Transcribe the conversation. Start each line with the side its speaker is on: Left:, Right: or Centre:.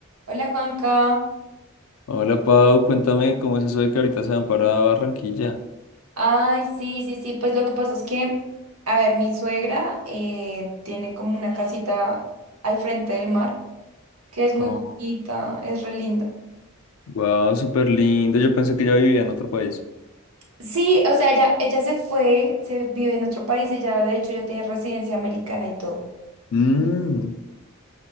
Right: Hola Juanca.
Left: Hola Pau, cuéntame cómo es eso de que ahorita se van para Barranquilla.
Right: Ay, sí, sí, sí. Pues lo que pasa es que, a ver, mi suegra eh, tiene como una casita al frente del mar, que es muy
Left: Oh.
Right: bonita, es re linda.
Left: Wow, súper lindo. Yo pensé que ya vivía en otro país.
Right: Sí, o sea, ella, ella se fue, se vive en otro país, ella de hecho ya tiene residencia americana y todo.
Left: Mm,